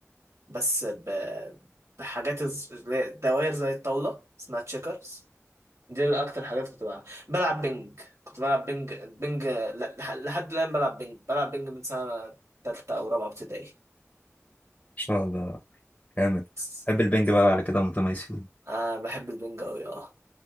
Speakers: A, on the right (about 80°); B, on the left (about 30°).
A: بس ب- بحاجات الز- اللي هي دوائر زي الطاولة اسمها تشيكرز دي اللي اكتر حاجات كنت بلعب بلعب بينج كنت بلعب بينج بينج ل- لح- لحد الان بلعب بينج بلعب بينج من سنه تالتة او رابعه ابتدائي
B: شاء الله جامد
A: بس
B: بحب البنج بقى على كده ومتميز فيه
A: آه بحب البينج قوي اه